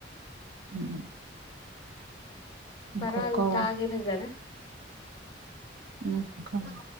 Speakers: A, on the right; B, on the left.
A: ꯎꯝ <inaudible> ꯉꯥꯏꯈꯣꯀꯣ
B: ꯕꯔꯥꯖꯨ ꯇꯥꯡꯉꯦ ꯐꯖꯅ
A: ꯎꯝ ꯊꯝ <inaudible>